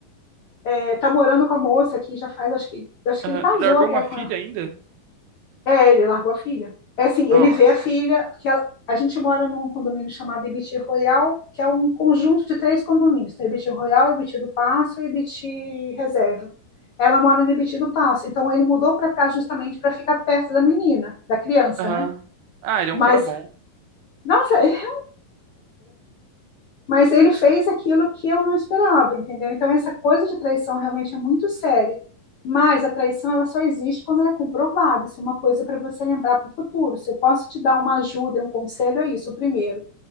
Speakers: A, on the left; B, on the right.
A: é, tá morando com a moça aqui, já faz, acho que, acho
B: Aham.
A: que ele casou
B: E largou
A: até
B: uma
A: com
B: filha ainda?
A: É, ele largou a filha. É assim,
B: Nossa.
A: ele vê a filha, porque ela- a gente mora num condomínio chamado Ibiti Royal, que é um conjunto de três condomínios. Então, Ibiti Royal, Ibiti do Passo e Ibiti Reserva. Ela mora no Ibiti do Passo, então ele mudou para cá justamente para ficar perto da menina, da criança,
B: Aham.
A: né?
B: Ah, ele
A: Mas,
B: é um cara bom.
A: nossa, <laughs> é mas ele fez aquilo que eu não esperava, entendeu? Então essa coisa de traição realmente é muito séria. Mas a traição ela só existe quando ela é comprovada. Isso é uma coisa para você lembrar para o futuro. Se eu posso te dar uma ajuda, um conselho, é isso. Primeiro,